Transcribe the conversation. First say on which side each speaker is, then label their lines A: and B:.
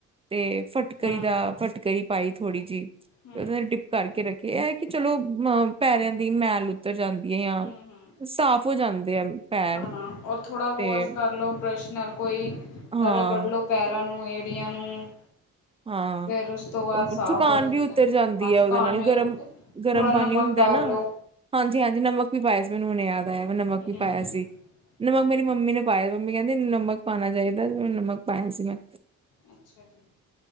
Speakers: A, on the right; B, on the left.
A: ਤੇ ਫਟਕਰੀ
B: ਹੂੰ
A: ਦਾ, ਫਟਕਰੀ ਪਾਈ ਥੋੜ੍ਹੀ ਜਿਹੀ,
B: ਹੂੰ
A: ਫਿਰ ਡਿਪ ਕਰਕੇ ਰੱਖੇ। ਇਹ ਕਿ ਚਲੋ ਮ ਪੈਰਿਆਂ ਦੀ ਮੈਲ ਉਤ ਉਤਰ ਜਾਂਦੀ ਹੈ, ਯਾ
B: ਹੂੰ ਹੂੰ
A: ਸਾਫ਼ ਹੋ ਜਾਂਦੇ ਆ। ਪੈਰ
B: ਹਾਂ ਔਰ ਥੋੜ੍ਹੇ
A: ਤੇ
B: ਕਰਲੋ ਬਰੱਸ਼ ਨਾਲ ਕੋਈ,
A: ਹਾਂ
B: ਰਗੜ ਲਓ ਪੈਰਾਂ ਨੂੰ ਏ ਅਡੀਆਂ ਨੂੰ।
A: ਹਾਂ,
B: ਫੇਰ ਉਸ ਤੋਂ ਬਾਅਦ ਸਾਫ਼
A: ਥਕਾਨ
B: ਹੋ ਜਾਂਦਾ।
A: ਵੀ ਉਤਰ ਜਾਂਦੀ
B: ਹਾਂ
A: ਏ
B: ਥਕਾਨ
A: ਉਹਦੇ ਨਾਲ,
B: ਵੀ
A: ਗਰਮ-ਗਰਮ
B: ਥੋੜਾ ਨਮਕ
A: ਪਾਣੀ ਹੁੰਦਾ
B: ਡਾਲ
A: ਨਾ,
B: ਲੋ
A: ਹਾਂਜੀ-ਹਾਂਜੀ ਨਮਕ ਵੀ ਪਾਇਆ ਸੀ। ਮੈਂਨੂੰ ਹੁਣੇ ਯਾਦ ਪਾਇਆ, ਮੈਂ
B: ਹੂੰ।
A: ਨਮਕ ਵੀ ਪਾਇਆ ਸੀ। ਨਮਕ
B: ਹੂੰ।
A: ਮੇਰੀ ਮੰਮੀ ਨੇ ਪਾਇਆ ਮੰਮੀ ਕਹਿੰਦੀ ਨਮਕ ਪਾਉਣਾ ਚਾਹੀਦਾ ਏ, ਤੇ ਨਮਕ ਪਾਇਆ ਸੀ ਮੈਂ।
B: ਅੱਛਾ ਜੀ।